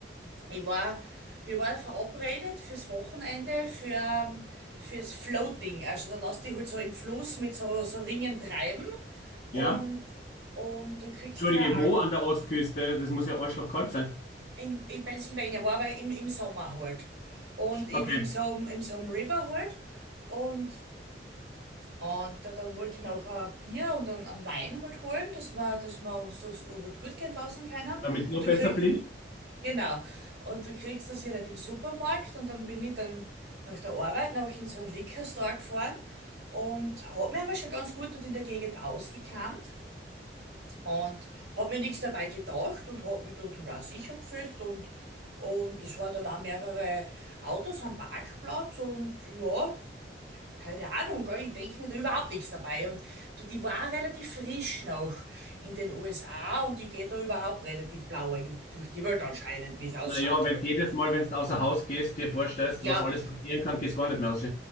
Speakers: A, on the right; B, on the left.
A: Ich war, wir waren verabredet fürs Wochenende für, ähm, fürs Floating. Also dann lass dich halt so im Fluss mit so, so Ringen treiben und,
B: Ja.
A: und du kriegst
B: Entschuldige,
A: ja Alk
B: wo an der Ostküste? Das muss ja arschlochkalt sein.
A: in, in Pennsylvania, war aber im, im Sommer halt. Und in,
B: Okay.
A: in so, einem- in so einem River halt. Und, und da, dann wollte ich noch ein Bier und dann einen Wein halt holen, dass wir, dass wir uns das so halt gut gehen lassen können.
B: Damit es noch
A: Und du
B: besser
A: krieg,
B: fließt?
A: Genau. Und du kriegst das ja nicht im Supermarkt und dann bin ich dann nach der Arbeit noch in so einen Liquor Store gefahren und hab mir aber schon ganz gut dort in der Gegend ausgekannt und hab mir nichts dabei gedacht und hab mich dort auch sicher gefühlt und und es waren dann auch mehrere Autos am Parkplatz und ja, keine Ahnung, gell, ich denke mir da überhaupt nichts dabei. Und du, die war relativ frisch noch in den USA und die geht da überhaupt relativ blauäugig durch die Welt anscheinend, wie es ausschaut
B: Naja, weil
A: halt.
B: jedes Mal, wenn du außer Haus gehst, dir vorstellst,
A: Ja,
B: was alles passieren kann, gehst gar nicht mehr raus.